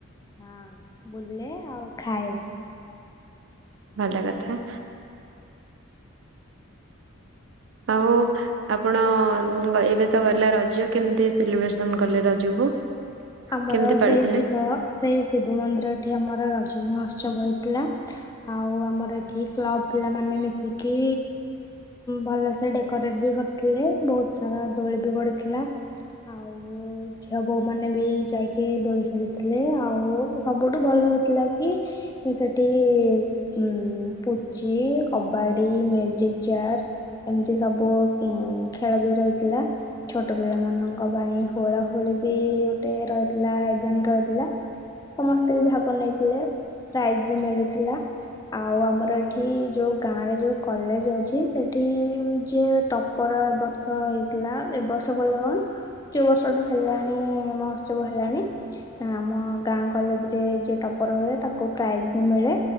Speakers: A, on the left; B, on the right.
A: ହଁ ବୁଲେ ଆଉ ଖାଏ।
B: ଭଲ କଥା। ଆଉ ଆପଣ ଏବେ ତ ଗଲେ ରଜ, କେମିତି ସେଲିବ୍ରେସନ କଲେ ରଜକୁ?
A: ଆମର
B: କେମିତି
A: ସେଇ
B: ପାଳିଥିଲେ
A: ଶିବ ସେଇ ଶିବ ମନ୍ଦିର ଟି ଆମର ରଜ ମହୋତ୍ସବ ହୋଇଥିଲା ଆଉ ଆମର ଏଠି କ୍ଲବ ପିଲାମାନେ ମିଶିକି ଭଲସେ ଡେକୋରେଟ ବି କରିଥିଲେ ବହୁତ ସାରା ଦୋଳି ବଢିଥିଲା ଆଉ-ଉ-ଉ-ଉ ଝିଅ ବୋଉ ମାନେ ବି ଯାଇକି ଦୋଳି ଖେଳିଥିଲେ ଆଉ ସବୁଠୁ ଭଲ ହେଇଥିଲା କି ସେଠି-ଇ-ଇ-ଇ ଉମ୍-ମ୍-ମ୍ ପୁଚି, କବାଡି, ମ୍ୟୁଜିକ ଚେୟାର। ଏମିତି ସବୁ ଉ ଖେଳ ବି ରହିଥିଲା। ଛୋଟ ପିଲା ମାନଙ୍କ ପାଇଁ ହୋଳା ହୋଳି ବି ଗୋଟେ ରହିଥିଲା ଇଭେଣ୍ଟ ରହିଥିଲା। ସମସ୍ତେ ବି ଭାଗ ନେଇଥିଲେ ପ୍ରାଇଜ୍ ବି ମିଳିଥିଲା। ଆଉ ଆମର ଏଠି ଯୋଉ ଗାଁ ରେ ଯୋଉ କଲେଜ ଅଛି ସେଠି-ଇ-ଇ-ଇ ଯିଏ ଟପର ଏବ ବର୍ଷ ହେଇଥିଲା ଏବ ବର୍ଷ ବୋଲେ କଣ ଯୋଉ ବର୍ଷଠୁ ହେଲାଣି-ଇ-ଇ-ଇ ମହୋ ଉତ୍ସବ ହେଲାଣି। ଆମ ଗାଁ କଲେଜ ରେ ଯିଏ ଟପର ହୁଏ ତାକୁ ପ୍ରାଇଜ ବି ମିଳେ